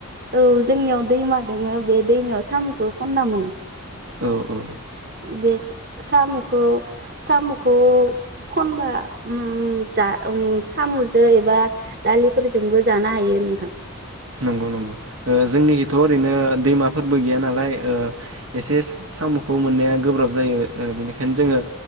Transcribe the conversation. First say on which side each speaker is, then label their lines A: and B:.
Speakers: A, on the right; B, on the right.
A: औ जोंनियाव दैमा दोङो बे दैमायाव साम'खौ खनना मोनो।
B: औ औ।
A: बे साम'खौ साम'खौ खनबा ओम जा ओम सामजों एबा दालिफोरजोंबो जानो हायो नोंथां।
B: नंगौ नंगौ जोंनिखिथ' ओरैनो दैमा फोरबो गैया नालाय ओ एसे साम'खौ मोननाया गोब्राब जायो बेनिखायनो जोङो